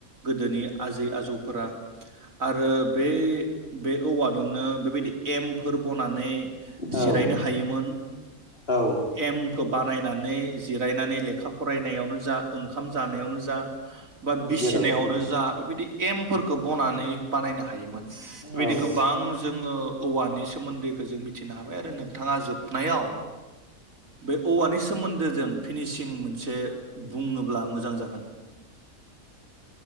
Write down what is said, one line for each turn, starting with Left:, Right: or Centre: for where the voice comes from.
Right: गोदोनि आजै आजौफोरा। आरो बे बे औवा जोंनो बेबायदि एमफोर बनानै
Left: औ
Right: जिरायनो हायोमोन।
Left: औ
Right: एम खौ बानायनानै जो जिरायनानै लेखा फराय नायावनो जा ओंखाम जानायावनो जा बा बिसिनायावनो
Left: जेरावखि
Right: जा बेबायदि एमफोरखौ बनानै बानायनो हायोमोन
Left: औ
Right: बेबायदि गोबां जोङो औवानि सोमोन्दैखौ जों मिथिनो हा बाय आरो नोंथाङा जोब नायाव बे औवानि सोमोन्दो जों फिनिसिं मोनसे बुङोब्ला मोजां जागोन।